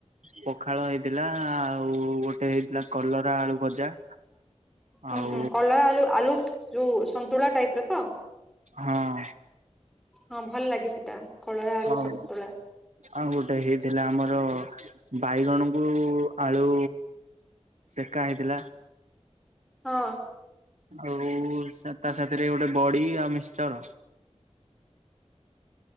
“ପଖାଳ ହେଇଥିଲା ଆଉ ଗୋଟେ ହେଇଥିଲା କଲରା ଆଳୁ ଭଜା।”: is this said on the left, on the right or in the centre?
Right